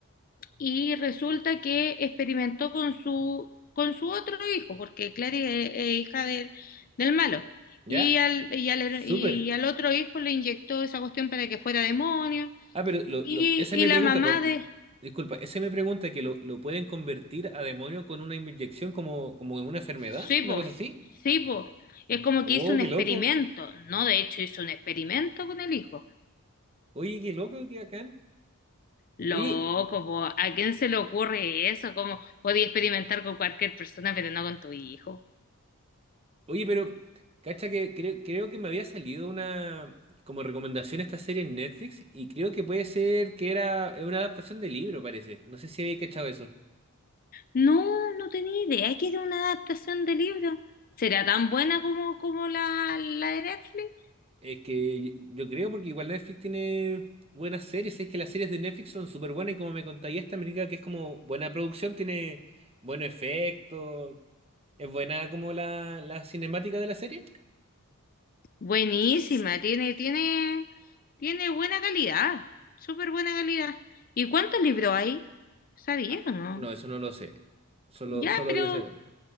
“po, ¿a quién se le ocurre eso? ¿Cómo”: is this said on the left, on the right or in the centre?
Left